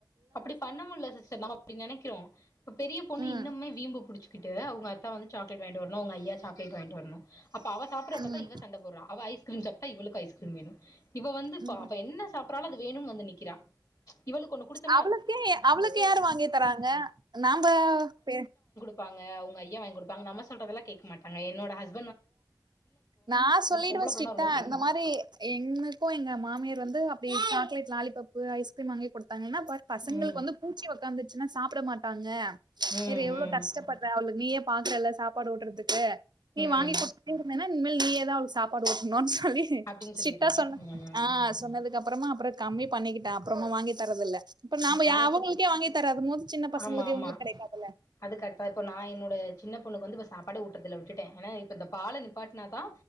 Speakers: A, on the left (about 50°); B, on the right (about 70°).
A: அப்பிடி பண்ண முடில சிஸ்டர் நம்ம அப்டி நெனை க்கிறோ இப்ப பெரிய பொண்ணு
B: ம்
A: இன்னமுமே வீம்பு புடிச்சு க்கிட்டு அவங்க அத்தா வந்து சா க்லேட் வாங்கிட்டு வரணு அவங்க ஐயா சாக்லேட் வாங்கிட்டு வரணு அப்ப அவ சாப்பட்றதா பாத்தா
B: ம்
A: இவ சண்ட போட்றா அவ ஐஸ்க்ரீம் சாப்ட்டா இவளுக்கு ஐஸ்க்ரீம் வேணு இவ வந்து இப்ப
B: ம்
A: அவ என்ன சாப்பர்றாலோ அது வேணும்னு வந்து நிக்கிறா இவளுக்கு ஒன்னு குடுத்
B: அவளுக்கே அவளுக்கு யார் வாங்கி தராங்க நாம்ப பே
A: ப்பாங்க அவங்க ஐயா வாங்கி குடுப்பாங்க நம்ம சொல்றதல்லா கேக்க மாட்டாங்க என்னோட ஹஸ்
B: நா சொல்லிடுவே
A: பொம்பள
B: ஸ்ட்ரிட்டா
A: புள்ளனா ரொம்ப புடிக்கு
B: இந்த மாரி இன்னைக்கு எங்க மாமியார் வந்து அ ப்டி சாக்லேட் லாலிபப்பு ஐஸ்கிரீம் வாங்கி குடு த்தாங்கன்னா பார் பசங்களுக்கு
A: ம்
B: வந்து பூச்சி ஒக்காந்துச்சுனா சாப்ட மாட் டாங்க
A: ம்
B: இது எவ்ளோ
A: ம்
B: கஷ்டப்பட்ற அவுளு நீயே பாக்கற இல்ல சாப்பாடு ஊட்றதுக்கு நீ
A: ம்
B: வாங்கி குடுத்துட்டே இருந்தேன்னா ம் உண்மல் நீயேதா அவளுக்கு சாப்பாடு ஊட்டணுன்ஸ் சொல்லி
A: அப்டின்னு சொல்லிருவீங்க
B: சிட்டா சொன்னா
A: ம்
B: ஆ சொன்னதுக்கு அப் அப்புறமா அப்புறோ பண்ணிக்கிட்ட அப்புறமா வாங்கி தரதில்ல இப்ப நாம
A: நா
B: யா
A: இப்ப
B: அவங்களுக்கே வாங்கி தரதும் போது சின்ன பசங்களுக்கு
A: ஆமா ஆமா
B: இவங்களுக்கு கெடைக்காதுல்ல
A: அது கரெக்டா இப்போ நா என்னோட சின்ன பொண்ணுக்கு வந்து ஃபஸ்ட் சாப்பாடே ஊட்றதில்ல விட்டுட்ட இப்ப இந்த பால நிப்பாட்னாதா